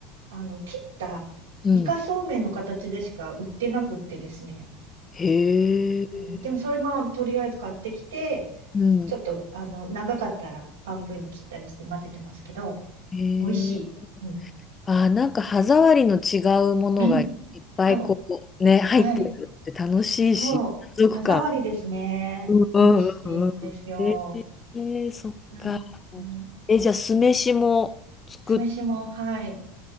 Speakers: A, on the right; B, on the left.
A: あの、切ったイカそうめんの形でしか売ってなくってですね。
B: うんへえ。
A: うん、でもそれもとりあえず買ってきて、
B: うん。
A: ちょっと、あの、長かったら半分に切ったりして混ぜてますけど、
B: へえ。
A: 美味しい。うん。
B: あー、なんか歯触りの違うものがいっぱいこう、
A: うん。そう。
B: ね、入ってるのって楽しいし、
A: はい。そう。
B: 満足感。
A: 歯触りですね。
B: うんうんうんうん。
A: 美味しいんですよ。
B: えー、そっか。
A: うん。うん。
B: え、じゃあ酢飯も作っ、
A: 酢飯も、はい、